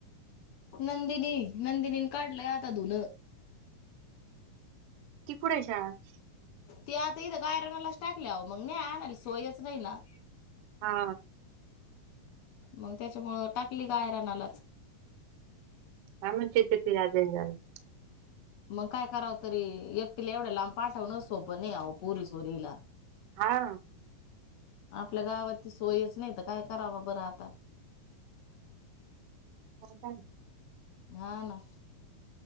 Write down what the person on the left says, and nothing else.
नंदिनी नंदिनीने काढलंय आता धुन.
ती आता इथं गायरनालाच टाकल्यावं मग नाही आणाला सोयच नाही ना.
मग त्याच्यामुळं टाकली का आयरानालाच?
मग काय करावं तरी, एकटीला एवढ्या लांब पाठवण सोपं नाही आ ओ पुरी चोरीला.
आपल्या गावात त सोयच नाही तर काय कराव बरं आ ता.
हा ना.